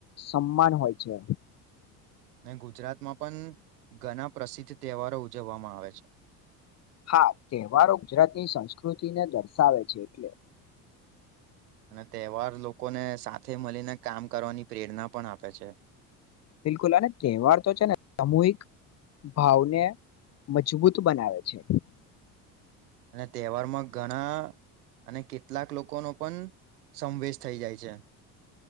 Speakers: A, on the left (about 35°); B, on the right (about 85°).
A: સમાન હોય છે.
B: અને ગુજરાતમાં પણ ઘણા પ્રસિદ્ધ તહેવારો ઉજવવામાં આવે છે.
A: હા, તહેવારો ગુજરાતની સંસ્કૃતિને દર્શ સાવે છે, એટલે
B: અને તહેવાર લોકોને સાથે મળીને કામ કરવાની પ્રેરણા પણ આપે છે.
A: બિલકુલ, અને તહેવાર તો છે, ને સામૂહિક ભાવને મજબૂત બનાવે છે.
B: અને તહેવારમાં ઘણા અને કેટલાક લોકોનો પણ સંવેશ થઈ જાય છે.